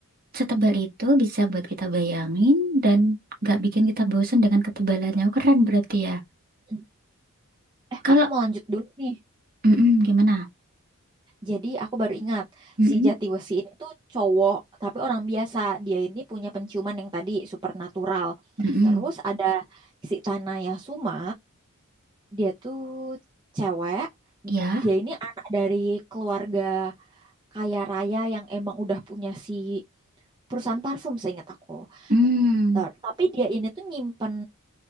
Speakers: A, on the right; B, on the right.
A: Setebal itu bisa buat kita bayangin dan nggak bikin kita bosen dengan ketebalannya. Oh, Keren berarti ya.
B: Hmm. Eh,
A: Kalau
B: aku mau lanjut dulu nih.
A: mm gimana?
B: Jadi aku baru ingat
A: Mm-mm,
B: si Jatiwesi ini tuh cowok tapi orang biasa. Dia ini punya penciuman yang tadi supernatural.
A: mm-mm.
B: Terus ada si Tanaya Suma, dia tuh cewek.
A: Ya.
B: Dia ini anak dari keluarga kaya raya yang emang udah punya si perusahaan parfum seingat aku.
A: Mm,
B: Ter- tapi dia ini tuh nyimpen